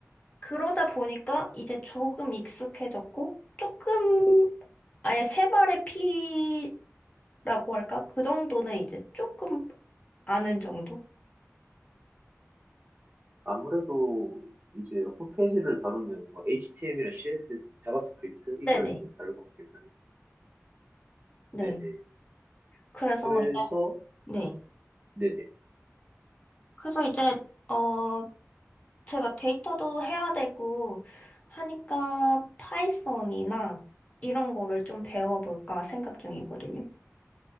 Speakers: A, on the left (about 30°); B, on the right (about 35°).
A: 그러다 보니까 이제 조금 익숙해졌고, 조금, 아예 세 발의 피라고 할까? 그 정도는 이제 조금 아는 정도?
B: 아무래도 이제 홈페이지를 다루면 뭐 HTML이나 CSS, 자바스크립트 이걸
A: 네네.
B: 좀 다룰 것 같긴 한데
A: 네.
B: 네네.
A: 그래서
B: 그래서
A: 이제, 네.
B: 네네.
A: 그래서 이제, 어, 제가 데이터도 해야 되고 하니까 파이썬이나 이런 거를 좀 배워볼까 생각 중이거든요.